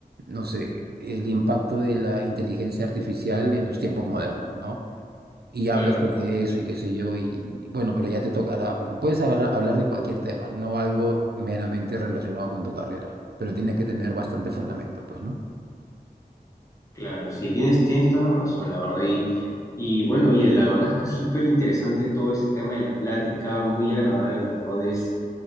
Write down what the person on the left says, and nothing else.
Claro,
claro, sí, tienes, tienes toda la razón, la verdad. Y, y bueno, y la verdad es que es súper interesante todo este tema de la plática, muy agradable, la verdad es